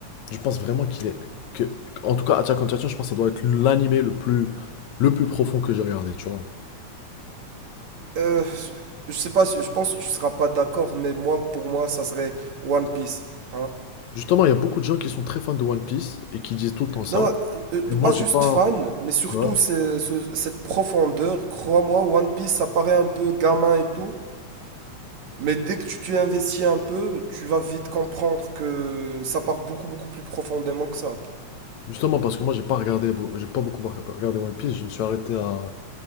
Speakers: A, on the left; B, on the right.
A: je pense vraiment qu'il est. Que... En tout cas, Attack on Titan, je pense que ça doit être l'animé le plus, le plus profond que j'ai regardé, tu vois.
B: Euh, je sais pas, si- je pense que tu seras pas d'accord, mais moi, pour moi, ça serait One Piece. Hein.
A: Justement, il y a beaucoup de gens qui sont très fans de One Piece et qui disent tout le temps ça.
B: Non, euh,
A: Et moi,
B: pas juste
A: j'ai pas.
B: fan, mais surtout
A: Ouais.
B: c'est- ce- cette profondeur. Crois-moi, One Piece, ça paraît un peu gamin et tout, mais dès que tu t'y investis un peu, tu vas vite comprendre que ça part beaucoup, beaucoup plus profondément que ça.
A: Justement, parce que moi, j'ai pas regardé, beau- j'ai pas beaucoup regardé One Piece. Je me suis arrêté à,